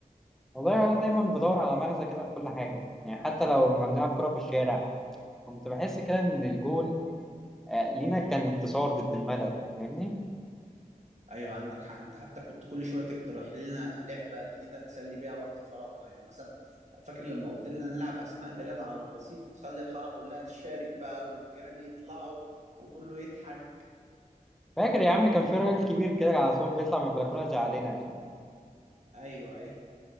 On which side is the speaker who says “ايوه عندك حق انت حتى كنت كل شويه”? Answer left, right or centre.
Right